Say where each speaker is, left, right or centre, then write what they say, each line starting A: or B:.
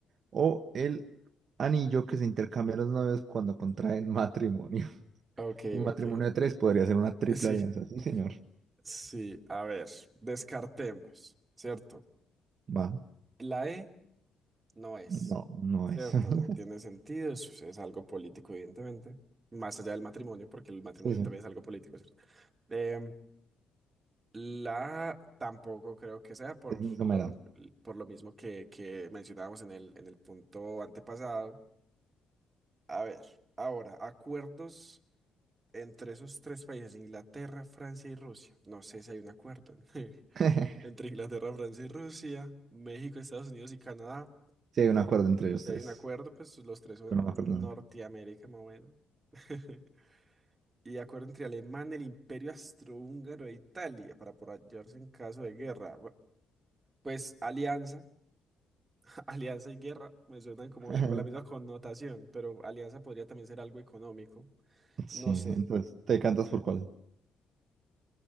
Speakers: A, on the right; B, on the right.
A: o el anillo que se intercambian los novios cuando contraen matrimonio. <laughs>
B: Ok,
A: Un matrimonio
B: ok.
A: de tres podría ser una triple
B: Sí.
A: alianza. Sí, señor.
B: Sí, a ver, descartemos, ¿cierto?
A: Va.
B: La E no es,
A: No, no
B: ¿cierto?
A: es. <laughs>
B: No tiene sentido, es, es algo político, evidentemente, más allá del matrimonio, porque el matrimonio
A: Sí, sí.
B: también es algo político, ¿cierto? Em, la A tampoco creo que sea por
A: Es muy somera.
B: lo, por lo mismo que, que mencionábamos en el, en el punto antepasado. A ver, ahora, acuerdos entre esos tres países, Inglaterra, Francia y Rusia. No sé si hay un acuerdo. <laughs>
A: <laughs>
B: entre Inglaterra, Francia y Rusia, México, Estados Unidos y Canadá.
A: Sí, hay un acuerdo entre ellos
B: Si
A: tres,
B: hay un acuerdo, pues los tres son
A: pero no me acuerdo el
B: Norteamérica,
A: nombre.
B: más o menos. <laughs> Y acuerdo entre Alemania, el Imperio Austrohúngaro e Italia para apoyarse en caso de guerra. Bu- Pues alianza, <laughs> alianza y guerra me suenan como
A: <laughs>
B: el- con la misma connotación, pero alianza podría también ser algo económico.
A: Sí,
B: No sé.
A: entonces, ¿te cantas por cuál?